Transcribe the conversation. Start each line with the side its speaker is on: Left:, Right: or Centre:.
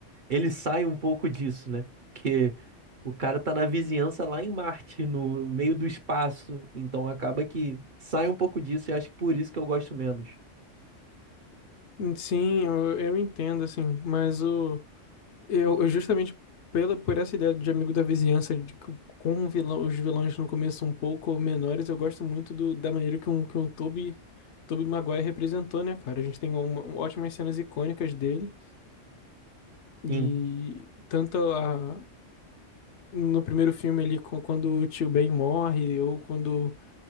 Right: ele sai um pouco disso, né? Que o cara tá na vizinhança lá em Marte, no meio do espaço. Então, acaba que sai um pouco disso e acho que por isso que eu gosto menos.
Left: Sim, eu, eu entendo, assim, mas o, eu, eu justamente pela, por essa ideia de amigo da vizinhança, de, que com o vilão, os vilões no começo um pouco menores, eu gosto muito do, da maneira que um, que um Tobey, Tobey Maguire representou, né, cara? A gente tem uma, um- ótimas cenas icônicas dele, E
Right: Sim.
Left: tanto a- no primeiro filme ali, co- quando o tio Ben morre, ou quando